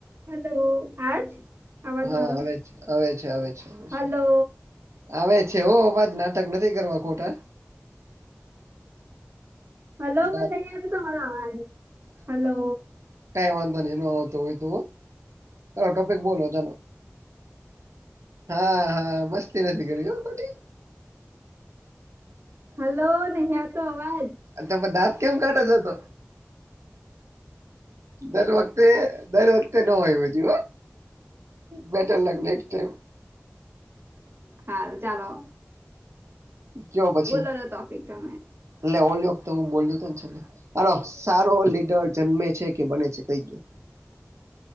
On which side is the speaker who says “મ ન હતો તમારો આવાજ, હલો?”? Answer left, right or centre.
Right